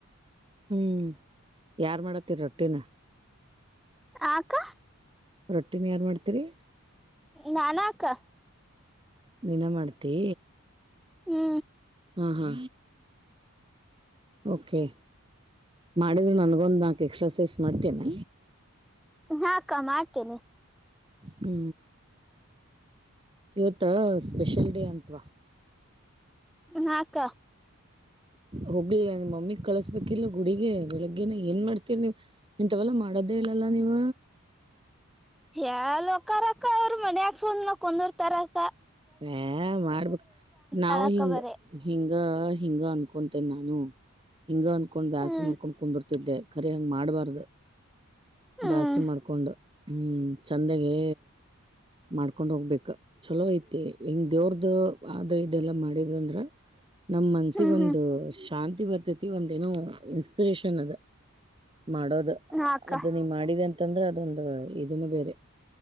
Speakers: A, on the right; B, in the centre.
A: ಹೂ ಯಾರ್ ಮಾಡಾತೀರ ರೊಟ್ಟಿನ
B: ಅಕ್ಕಾ
A: ರೊಟ್ಟಿನ ಯಾರ್ ಮಾಡ್ತೀರಿ
B: ನಾನ ಅಕ್ಕಾ
A: ನಿನ ಮಾಡ್ತಿ
B: ಹೂ
A: ಹಾ ಹಾ ಓಕೆ ಮಾಡಿದ್ರು ನನ್ಗೊಂದು ನಾಕ ಎಕ್ಸ್ಟ್ರಾ ಸೇರಿಸಿ ಮಾಡ್ತೀಯೇನ
B: ಹಾ ಅಕ್ಕಾ ಮಾಡ್ತೇನೆ
A: ಹೂ ಇವತ್ತು ಸ್ಪೆಷಲ್ ಡೇ ಅಂತವಾ
B: ಹಾ ಅಕ್ಕಾ
A: ಹೋಗ್ಲಿ ನಿಮ್ಮ ಮಮ್ಮಿಗ್ ಕಳಸ್ಬೇಕಿಲ್ಲ ಗುಡಿಗ ಬೆಳಗ್ಗೆನ ಏನ್ ಮಾಡ್ತೀರಿ ನೀವ ಇಥವಲ್ಲಾ ಮಾಡೋದೇ ಇಲ್ಲಲ್ಲ ನೀವ
B: ಎಲ್ ಹಾಕರ್ ಅಕ್ಕಾ ಅವರು ಮನ್ಯಾಗ ಸುಮ್ಮ ಕುಂದರ್ತಾರಕ್ಕ
A: ಏ ಮಾಡ್ಬೇಕ ನಾವು
B: ಹೇಳಕ್ಕ
A: ಹಿಂಗ
B: ಬರೀ
A: ಹಿಂಗ ಹಿಂಗ ಅನ್ ಕೊಂತೆನ ನಾನು ಹಿಂಗ ಅನ್ಕೊಂಡ್ ಬ್ಯಾಸ್ರ
B: ಹ್ಮ್
A: ಮಾಡ್ಕೊಂಡ್ ಕುಂದೂರುತಿದೇ ಖರೆ ಹಂಗ ಮಾಡಬಾರ್ದು
B: ಹ್ಮ್
A: ಬ್ಯಾಸರ ಮಾಡ್ಕೊಂಡು ಹೂ ಚಂದಾಗೆ ಮಾಡ್ಕೊಂಡ ಹೋಗ್ಬೇಕ ಚಲೋ ಇತ್ತ ಹಿಂಗ ದೇವ್ರದು ಆದ ಈದ್ ಇದೆಲ್ಲಾ ಮಾಡಿದ್ ಅಂದ್ರ ನಮ ಮನ್ಸಿಗ
B: ಹ್ಮ್
A: ಒಂದು
B: ಹ್ಮ್
A: ಶಾಂತ <unintelligible> ಬತಿ ಒಂದೇ ಏನೋ ಇನ್ಸ್ಪಿರೇಷನ್ ಅದ ಮಾಡೋದ
B: ಹಾ ಅಕ್ಕ
A: ಅದು ನೀ ಮಾಡಿದ ಅಂತ ಇತ ಅಂದ್ರ ಅದೊಂದು ಇದನ್ನು ಬೇರೆ